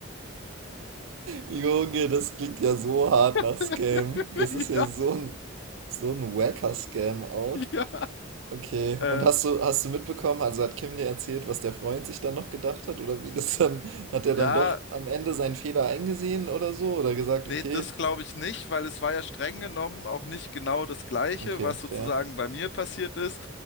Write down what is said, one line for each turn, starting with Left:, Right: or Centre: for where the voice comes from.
Right: Junge, das klingt ja so hart
Left: <laughs>
Right: nach Scam. Das ist ja
Left: Ja,
Right: so ein, so ein wacker Scam auch.
Left: ja.
Right: Okay,
Left: Ähm,
Right: und hast du, hast du mitbekommen, also hat Kim dir erzählt, was der Freund sich dann noch gedacht hat oder wie das dann, hat er
Left: ja,
Right: dann doch am Ende seinen Fehler eingesehen oder so oder gesagt,
Left: Nee,
Right: okay,
Left: das glaube ich nicht, weil es war ja streng genommen auch nicht genau das Gleiche,
Right: okay,
Left: was
Right: fair.
Left: sozusagen bei mir passiert ist.